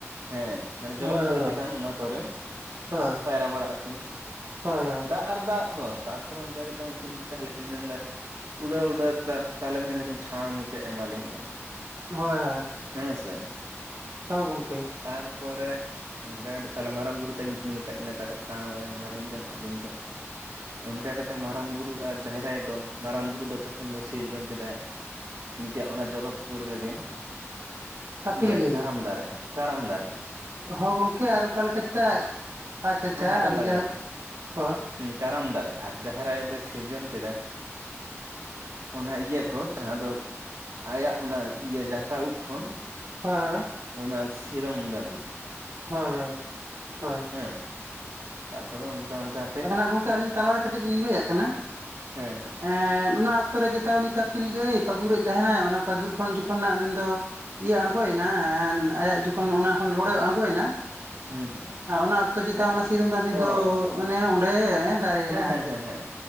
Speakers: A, on the right (about 80°); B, on the right (about 65°).
A: ᱦᱮᱸ ᱢᱟᱱᱮ
B: ᱦᱳᱭ
A: ᱡᱚᱞᱚᱠᱯᱩᱨᱤ ᱪᱮᱛᱟᱱ ᱚᱱᱟ ᱠᱚᱨᱮ
B: ᱦᱳᱭ
A: ᱯᱟᱭᱨᱟ ᱵᱟᱲᱟᱜᱼᱟ ᱠᱤᱱ,
B: ᱦᱳᱭ ᱦᱳᱭ
A: ᱫᱟᱜ ᱟᱨ ᱫᱟᱜ ᱫᱚ ᱛᱟᱨᱯᱚᱨᱮ ᱚᱱᱠᱟ ᱠᱟᱛᱮ ᱠᱤᱱ ᱛᱟᱦᱮᱞᱮ ᱠᱤᱱ ᱢᱮᱱᱫᱟ - ᱩᱰᱟᱹᱣᱼᱩᱰᱟᱹᱣ ᱛᱟ ᱛᱟᱦᱮᱞᱮ ᱢᱮᱱᱫᱟ ᱠᱤᱱ ᱴᱷᱟᱶ ᱢᱤᱫᱴᱮᱱ ᱮᱢᱟᱞᱤᱧ ᱵᱮᱱ ᱾
B: ᱦᱚᱭ ᱾
A: ᱦᱮᱸ ᱥᱮ
B: ᱦᱚᱸ ᱜᱚᱝ‌ᱠᱮ ᱾
A: ᱛᱟᱨᱯᱚᱨᱮ ᱚᱱᱠᱟ ᱠᱟᱛᱮ‌ᱜ ᱛᱟᱦᱚᱞᱮ ᱢᱟᱨᱟᱝ ᱵᱩᱨᱩ ᱛᱟᱠᱤᱱ ᱢᱮᱛᱟᱜ ᱠᱤᱱᱟ ᱛᱟᱦᱚᱞᱮ ᱴᱷᱟᱣ ᱮᱢᱟᱞᱤᱧ ᱵᱮᱱ ᱟᱹᱞᱤᱧ ᱫᱚ ᱾ ᱚᱱᱠᱟ ᱠᱟᱛᱮᱜ ᱢᱟᱨᱟᱝ ᱵᱩᱨᱩ ᱟᱨ ᱡᱟᱦᱮᱨ ᱟᱭᱳ ᱫᱚ, ᱢᱟᱨᱟᱝ ᱵᱩᱨᱩ ᱫᱚ ᱛᱚᱠᱷᱚᱱ ᱫᱚ ᱥᱤᱨᱡᱚᱱ ᱠᱮᱫᱟᱭ ᱢᱤᱫᱴᱮᱜ ᱚᱱᱟ ᱡᱚᱞᱚᱠ ᱯᱩᱨᱤ ᱨᱮᱜᱮ
B: ᱠᱟᱯᱤᱞ
A: ᱤᱭᱟᱹ
B: ᱜᱟᱹᱭ
A: ᱠᱟᱨᱟᱢ ᱫᱟᱨᱮ ᱠᱟᱨᱟᱢ ᱫᱟᱨᱮ ᱾
B: ᱦᱚᱸ ᱜᱚᱝᱠᱮ ᱟᱨ ᱚᱠᱟ ᱞᱮᱠᱟ ᱪᱤᱛᱟ, ᱟᱪᱪᱷᱟ ᱟᱪᱪᱷᱟ
A: ᱦᱮᱸ ᱟᱸᱡᱚᱢ
B: ᱟᱫᱚ
A: ᱵᱮᱱ
B: ᱡᱟᱭᱦᱳᱠ
A: ᱟᱸᱡᱚᱢ ᱵᱮᱱ
B: ᱦᱚᱸ᱾
A: ᱦᱩᱸ ᱠᱟᱨᱟᱢ ᱫᱟᱨᱮ, ᱟᱨ ᱡᱟᱦᱮᱨ ᱟᱭᱳ ᱫᱚᱭ ᱥᱤᱨᱡᱚᱱ ᱠᱮᱫᱟ ᱚᱱᱟ ᱤᱭᱟᱹ ᱠᱚ ᱡᱟᱦᱟᱸ ᱫᱚ ᱟᱭᱟᱜ ᱚᱱᱟ ᱤᱭᱟᱹ ᱡᱟᱴᱟ ᱩᱵ ᱠᱷᱚᱱ
B: ᱦᱳᱭ ᱦᱳᱭ ᱾
A: ᱚᱱᱟ ᱥᱤᱨᱚᱢ ᱫᱟᱸᱫᱤ ᱾
B: ᱦᱳᱭ, ᱦᱳᱭ, ᱦᱳᱭ᱾
A: ᱦᱮᱸ ᱛᱟᱨ ᱯᱚᱨᱮ ᱚᱱᱠᱟ ᱚᱱᱠᱟ
B: ᱟᱫᱚ ᱱᱟᱜ ᱜᱚᱝᱠᱮ ᱟᱹᱞᱤᱧ ᱛᱟᱞᱟ ᱨᱮ ᱠᱟᱹᱴᱤᱡ ᱞᱤᱧ ᱞᱟᱹᱭᱟᱜ ᱠᱟᱱᱟ ᱾
A: ᱦᱮᱸ ᱦᱮᱸ
B: ᱮᱸᱜ ᱚᱱᱟ ᱚᱠᱛᱚ ᱨᱮ ᱪᱮᱛᱟ ᱩᱱᱤ ᱠᱟᱹᱯᱤᱞ ᱜᱟᱹᱭ ᱯᱟᱹᱜᱩᱨᱮᱫ ᱛᱟᱦᱮᱱᱟᱭ ᱚᱱᱟ ᱯᱟᱹᱜᱩᱨ ᱠᱷᱚᱱ ᱡᱚᱠᱷᱚᱱ ᱱᱟᱜ ᱢᱮᱱᱫᱚ ᱤᱭᱟᱹ ᱟᱲᱜᱚᱭᱱᱟ ᱟᱭᱟᱜ ᱡᱚᱠᱷᱚᱱ <inaudible> ᱱᱚᱣᱟ ᱠᱷᱚᱱ ᱞᱳᱰᱲᱮ ᱟᱲᱜᱚᱭ ᱱᱟ
A: ᱦᱩᱸ ᱦᱩᱸ
B: ᱟ ᱚᱱᱟ ᱚᱠᱛᱚ ᱪᱮᱛᱟ ᱚᱱᱟ ᱥᱤᱨᱚᱢ ᱫᱟᱸᱫᱷᱤ ᱫᱚ
A: ᱚ
B: ᱚᱱᱮ ᱚᱸᱰᱮ ᱫᱟᱨᱮᱭᱮᱱᱟ
A: ᱦᱮᱸ ᱦᱮᱸ
B: ᱟᱨ ᱪᱮᱫ
A: ᱦᱮᱸ ᱦᱮᱸ